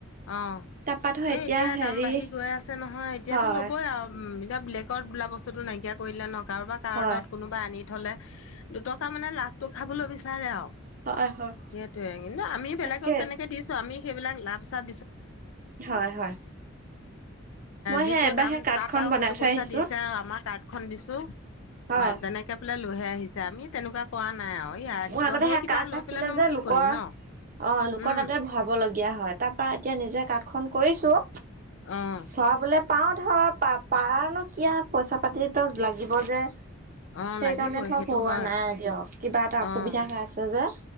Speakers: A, on the left; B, on the right.
A: অহ।
B: তাৰপা ধৰ
A: এ এতিয়া
B: হেৰি
A: দাম বাঢ়ি গৈ আছে নহয় এতিয়াতো
B: হয়
A: ল'বই আৰু এতিয়া বেলেগত বোলা বস্তু বস্তুটো নাইকিয়া কৰিলে ন কাৰোবাৰ কাৰ্ডত
B: হয়
A: কোনোবাই আনি থলে দুটকা মানে লাভটো খাবলৈ বিচাৰে আৰু
B: হয় হয়
A: সেইটোয়ে কিন্তু আমি বেলেগক
B: তাকে
A: তেনেকে দিছো আমি সেইবিলাক লাভ চাপ
B: হয় হয় মই
A: যিটো
B: সেই এবাৰ
A: দাম
B: সেই কাৰ্ডখন
A: তাত আৰু
B: বনাই
A: সেইটো
B: থৈ
A: পইচা
B: আহিছো
A: দিছে আৰু আমাৰ কাৰ খুন্দিছো অ
B: হয়।
A: তেনেকে বোলে লৈহে আহিছে আমি তেনেকুৱা কোৱা নাই আৰু ইয়
B: মোৰ
A: দুত
B: আগতে
A: সেই কিতাপ
B: কাৰ্ড নাছিলে
A: লৈ পেল নো
B: যে
A: মই কি
B: লোকৰ
A: কৰিম ন
B: অ লোকৰ
A: উম
B: তাতে ভৰাব লগীয়া হয় তাৰ পৰা এতিয়া নিজে কাঠ খন কৰিছো
A: অহ।
B: ভৰাবলে পাও ধৰা প পাৰনো কিয় পইচা পাতিতো লাগিব যে।
A: অ
B: সেইকাৰণে
A: লাগিবই
B: ধৰ
A: সেইটো
B: ভৰুৱা
A: হয়
B: নাই দিয়ক কিবা এটা অসুবিধা
A: অ
B: হৈ আছে যে।